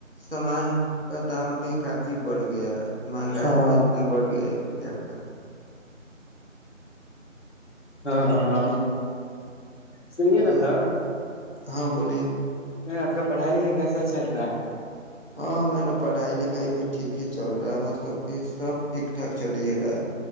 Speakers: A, on the right; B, on the left.
A: سامان کا دام بھی کافی بڑھ گیا ہے مہنگائی
B: ہاں
A: بھی اتنا بڑھ گیا ہے کیا کا
B: ہاں ہاں ہاں سنے ن
A: ہ
B: تھا
A: ہاں بولیے
B: آپ کا پڑھائی لکھائی کیسا چل رہا ہے
A: ہاں میرا پڑھائی لکھائی بھی ٹھیک ہی چل رہا ہے مطلب کہ سب ٹھیک ٹھاک چلے رہا ہے